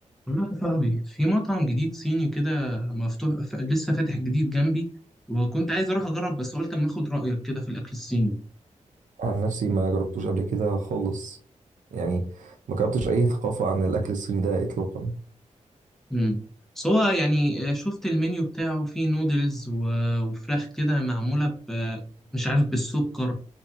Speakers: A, in the centre; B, on the right.
A: بقول لك يا صاحبي في مطعم جديد صيني كده مفتوح ف- لسه فاتح جديد جنبي وكنت عايز اروح اجرب بس قلت اما اخد رايك كده في الاكل الصيني
B: عن نفسي ما جربتوش قبل كده خالص يعني ما جربتش اي ثقافة عن الاكل الصيني ده اطلاقا
A: امم بس هو يعني آه، شفت المنيو بتاعه فيه نودلز و- وفراخ كده معموله ب مش عارف بالسكر